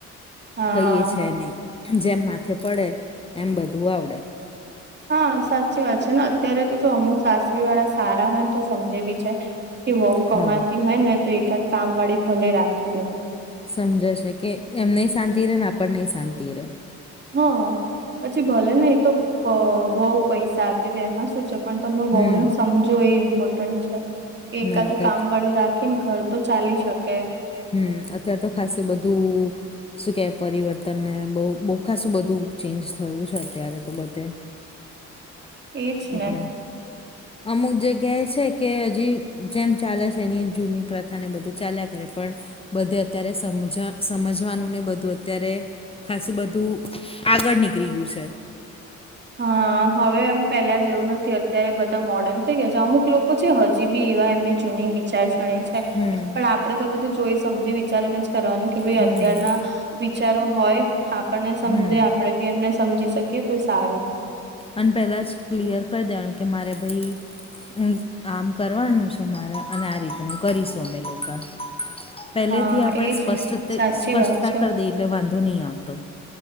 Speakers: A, on the right (about 35°); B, on the left (about 20°).
A: હા
B: કઈ એ છે નહી. જેમ માથે પડે એમ બધું આવડે.
A: હા સાચી વાત છે ને અત્યારે તો જો અમુક સાસરી વાળા સારા હોય ને તો સમજે બી છે કે વહુ કમાતી
B: હા
A: હોય ને તો એકાદ કામ વાળી ભલે રાખી દે.
B: સમજે છે કે એમ નહી શાંતિ રે ને આપણ ને ઈ શાંતિ રેહ.
A: હા પછી ભલે ને એ તો પ વહુ પૈસા આપી દે એમાં શું છે. પણ તમે વઉનું
B: હમ
A: સમજો એ ઇમ્પોર્ટન્ટ છે. એકાદું
B: ના તો
A: કામ વાળું રાખીન ઘર તો ચાલી શકે.
B: હમ અત્ય્યારે તો ખાસ બધું શું કેહે પરિવર્તનને બહુ બો ખાસું બધું ચેન્જ થયું છે અત્યારે તો બધે.
A: એજ
B: એટલે.
A: ને
B: અમુક જગ્યા એ છે કે હજી જેમ ચાલે છે એની જૂની પ્ર થાને બધું ચાલ્યા કરે પણ બધે અત્યારે સમજ સમજવાનુંને બધું અત્યારે ખાસું બધું આગળ નીકળી ગૃ છે.
A: હા હવે એમ પેલા જેવું નથી અત્યારે બ તે મોર્ડર્ન થઈ ગયા છે અમુક લોકો છે હજી બી એવા એમની જૂની વિચારસરણી છે
B: હમ
A: પણ આ પડે તો બધું જોઈ સમજી વિચારીને જ કરવાનું કે ભાઈ
B: હમ
A: અત્યારના વિચારો હોય આપણને સમજે
B: હમ.
A: આપડે બી એમને સમજી શકીએ તો સારુ.
B: અને પેહલા જ ક્લિયર કરી દેવાનું કે મારે ભાઈ હું આમ કરવાનું છે મારે અને આ રીતનું કરીશું અમે લોકા. પેહલેથી
A: હા
B: આપણે
A: એજ
B: સ્પષ્ટ
A: ને સાચી
B: સ્પષ્ટતા
A: વાત છે
B: કર દઈ એટલે વાંધો ની આવતો.